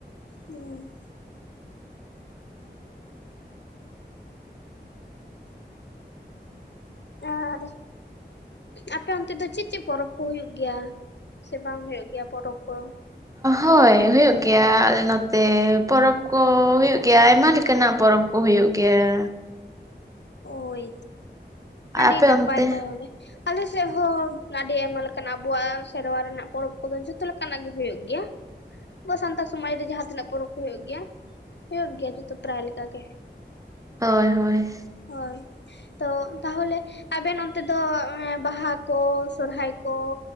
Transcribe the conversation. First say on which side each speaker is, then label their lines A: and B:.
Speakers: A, on the left; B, on the right.
A: ᱦᱮᱸ ᱦᱮ ᱟᱫᱚ <unintelligible> ᱟᱯᱮ ᱚᱱᱛᱮ ᱫᱚ ᱪᱮᱫ ᱪᱮᱫ ᱯᱚᱨᱚᱵᱽ ᱠᱚ ᱦᱩᱭᱩᱜᱳᱜ ᱜᱮᱭᱟ ᱥᱮ ᱵᱟᱝ ᱦᱳᱳᱜ ᱜᱮᱭᱟ ᱯᱚᱨᱚᱵᱽ ᱠᱚ᱾
B: ᱦᱳᱭ ᱦᱩᱭᱩᱜ ᱜᱮᱭᱟ ᱟᱞᱮ ᱱᱚᱛᱮ ᱯᱚᱨᱚᱵᱽ ᱠᱚ ᱦᱩᱭᱩᱜ ᱜᱮᱭᱟ ᱟᱭᱢᱟ ᱞᱮᱠᱟᱱᱟᱜ ᱯᱚᱨᱚᱵᱽ ᱠᱚ ᱦᱩᱭᱩᱜ ᱜᱮᱭᱟ
A: ᱳᱭ
B: ᱟᱨ
A: ᱟᱹᱰᱤ
B: ᱟᱯᱮ
A: ᱱᱟᱯᱟᱭ
B: ᱚᱱᱛᱮ
A: ᱛᱟᱦᱚᱞᱮ ᱟᱞᱮᱥᱮᱫ ᱦᱚᱸ ᱟᱹᱰᱤ ᱟᱭᱢᱟ ᱞᱮᱠᱟᱱᱟᱜ ᱟᱵᱩᱣᱟᱜ ᱥᱮᱨᱣᱟ ᱨᱮᱱᱟᱜ ᱯᱚᱨᱚᱵᱽ ᱠᱚᱫᱚ ᱡᱚᱛᱚ ᱞᱮᱠᱟᱱᱟᱜ ᱜᱮ ᱦ ᱦᱩᱭᱩᱜ ᱜᱮᱭᱟ᱾ ᱟᱵᱚ ᱥᱟᱱᱛᱟᱲ ᱥᱚᱢᱟᱡᱽ ᱨᱮ ᱡᱟᱦᱟᱸ ᱛᱤᱱᱟᱹᱜ ᱯᱚᱨᱚᱵᱽ ᱠᱚ ᱦᱩᱭᱩᱜ ᱜᱮᱭᱟ ᱦᱩᱭᱩᱜ ᱜᱮᱭᱟ ᱡᱚᱛᱚ ᱯᱨᱟᱭᱞᱮᱠᱟ ᱜᱮ᱾
B: ᱦᱳᱭ ᱦᱳᱭ
A: ᱦᱳᱭ ᱛᱚ ᱛᱟᱦᱚᱞᱮ ᱟᱵᱮᱱ ᱚᱱᱛᱮ ᱫᱚ ᱵᱟᱦᱟ ᱠᱚ ᱥᱚᱨᱦᱟᱭ ᱠᱚ᱾